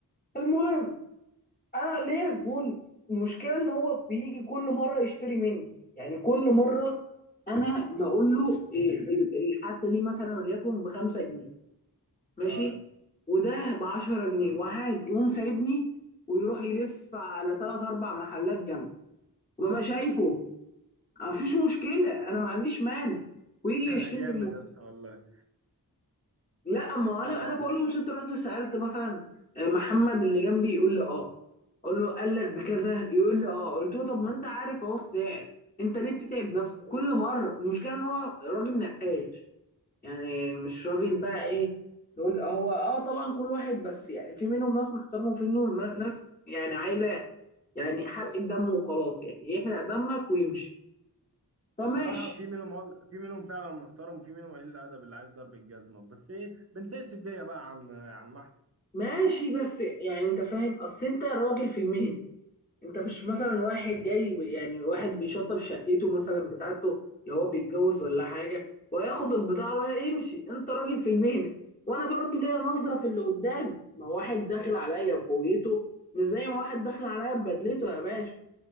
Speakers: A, on the left; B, on the right.
A: المهم انا ليا زبون المشكله ان هو بيجي كل مره يشتري مني يعني كل مره انا بقول له إيه، ال- الحته دي مثلا وليكن بخمسة جنيه ماشي
B: اه
A: وده ب 10 جنيه وعادي يقوم سايبني ويروح يلف على ثلاث اربع محلات جنبي وببقى شايفه مفيش مشكله انا ما عنديش مانع ويجي
B: <laughs>
A: يشتري
B: جامد
A: مني
B: يا اسطى والله
A: لا ما هو انا
B: اه
A: انا بقول لهم ست رحت سالت مثلا آه، محمد اللي جنبي يقول لي اه اقول له قال لك بكذا يقول لي اه قلت له طب ما انت عارف اهو السعر انت ليه بتتعب نفسك كل مره المشكله ان هو راجل نقاش يعني مش راجل بقى ايه نقول هو اه طبعا كل واحد بس يعني في منهم ناس محترمه وفي منهم ناس يعني عايزه يعني حرق الدم وخلاص يعني يحرق دمك ويمشي فماشي
B: بصراحة في منهم وال- في منهم فعلا محترم وفي منهم قليل الأدب اللي عايز ضرب الجزمة بس ايه بنسيس الدنيا بقى يا عم يا عم أحمد
A: ماشي بس يعني انت فاهم اصل انت راجل في المهنه انت مش مثلا واحد جاي يعني واحد بيشطب شقته مثلا بتاعته لو هو بيتجوز ولا حاجه وهياخد البضاعه وهيمشي انت راجل في المهنه وانا برضو ليا نظره في اللي قدامي ما هو واحد داخل عليا ببويته مش زي ما واحد داخل عليا ببدلته يا باشا